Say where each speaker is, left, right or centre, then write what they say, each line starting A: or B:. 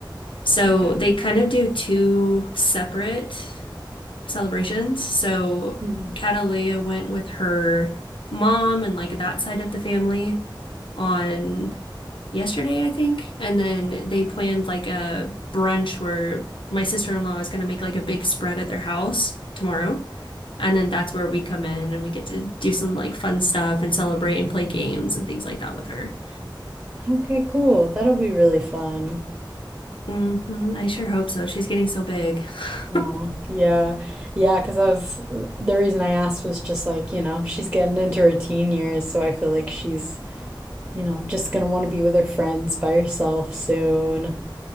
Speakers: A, on the left (about 85°); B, on the right (about 25°).
A: So
B: Okay.
A: they kind of do two separate. celebrations. So
B: Mhm.
A: Catalina went with her mom and like that side of the family on yesterday, I think. And then they planned like a brunch where my sister-in-law is going to make like a big spread at their house tomorrow. And then that's where we come in and we get to do some like fun stuff and celebrate and play games and
B: Mhm.
A: things like that with her.
B: Okay, cool. That'll be really fun.
A: hmm I sure hope so. She's getting so big.
B: Oh,
A: <laughs>
B: yeah. Yeah, because I was, the reason I asked was just like, you know, she's getting into her teen years, so I feel like she's, you know, just gonna want to be with her friends by herself soon,